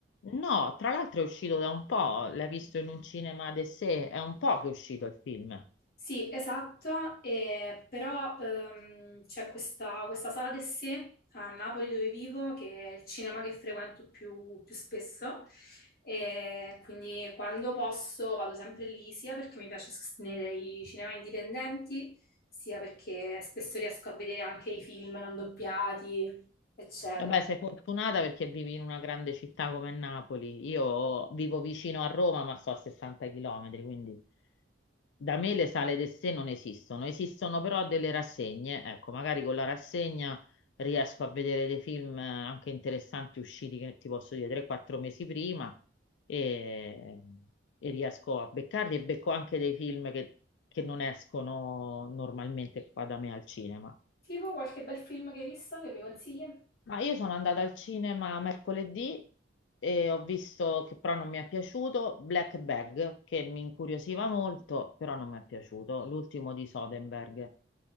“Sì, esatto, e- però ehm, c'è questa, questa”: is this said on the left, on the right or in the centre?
Left